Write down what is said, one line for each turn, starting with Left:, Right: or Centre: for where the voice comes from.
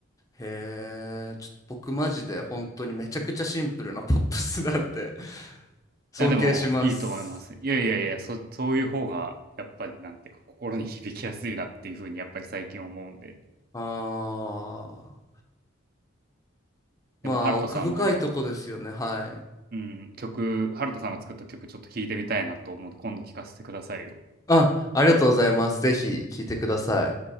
Left: へえ、ちょっと僕マジで本当にめちゃくちゃシンプルなポップスなんで <laughs> 尊敬します。
Right: や、でも、いいと思います。いやいやいや、そ、そういう方が、やっぱり、なんていうか、心に響きやすいなっていうふうに、やっぱり最近思うんで。
Left: あー、
Right: でも、
Left: まあ奥深いとこですよね、
Right: ハルトさんの
Left: はい。
Right: うん、曲、ハルトさんが作った曲ちょっと聴いてみたいなと思うので、今度聴かせてくださいよ。
Left: あ、ありがとうございます。ぜひ聞いてください。